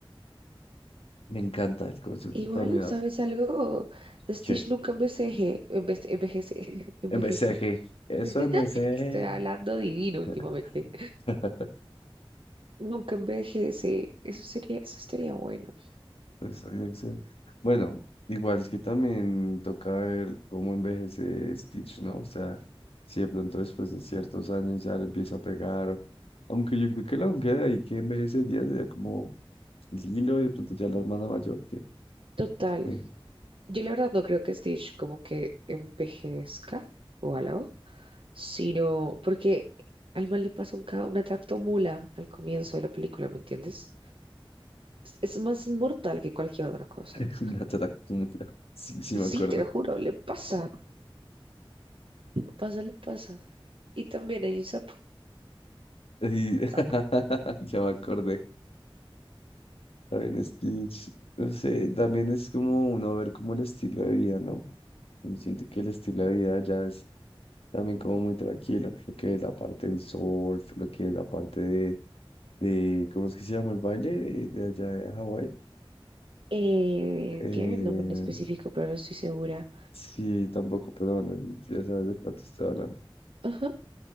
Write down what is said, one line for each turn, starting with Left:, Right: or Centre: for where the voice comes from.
Left: Me encanta el concepto
Right: Igual,
Left: también,
Right: ¿sabes
Left: ah,
Right: algo? Stitch
Left: que
Right: nunca envejece, envej- envejece, <laughs> envejece.
Left: envejece, eso
Right: <laughs>
Left: envejece.
Right: Estoy hablando divino últimamente.
Left: <laughs>
Right: Nunca envejece. Eso sería, eso estaría bueno.
Left: Pues, había que ser- Bueno, igual es que también toca ver cómo envejece Stitch, ¿no? O sea, si de pronto después de ciertos años ya le empieza a pegar, o- aunque yo creo que la queda y que envejece días sería como Lilo y de pronto ya la hermana mayor que
Right: Total,
Left: me
Right: yo la verdad no creo que Stitch como que envejezca o algo, sino porque al mal le pasa un, ca- una tractomula al comienzo de la película, ¿me entiendes? Es, es más inmortal que cualquier otra cosa.
Left: <laughs> una tata Sí, sí
Right: Sí,
Left: me acuerdo.
Right: te lo juro, le pasa, le pasa, le pasa. Y también hay un sapo.
Left: Y <laughs>
Right: sapo.
Left: ya me acordé. También Stitch, no sé, también es como uno ver como el estilo de vida, ¿no? Y siento que el estilo de vida ya es también como muy tranquilo, lo que es la parte del surf, lo que es la parte de, de ¿cómo es que se llama el baile de, de allá de Hawái?
Right: Eh,
Left: Eh,
Right: tiene un nombre en específico, pero no estoy segura.
Left: sí, tampoco, pero bueno, ya sabes de cuánto estoy hablando,
Right: Ajá,